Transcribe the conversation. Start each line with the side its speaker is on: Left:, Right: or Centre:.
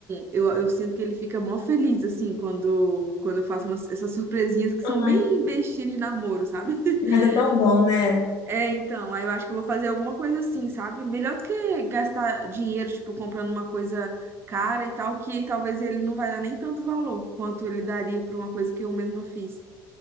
Right: eu, eu sinto que ele fica mó feliz, assim, quando, quando eu faço umas, essas surpresinhas que
Left: Ai,
Right: são bem bestinhas de namoro, sabe? <laughs>
Left: mas é tão bom, né?
Right: É, então, aí eu acho que eu vou fazer alguma coisa assim, sabe? Melhor do que gastar dinheiro, tipo, comprando uma coisa cara e tal, que talvez ele não vai dar nem tanto valor quanto ele daria pra uma coisa que eu mesma fiz.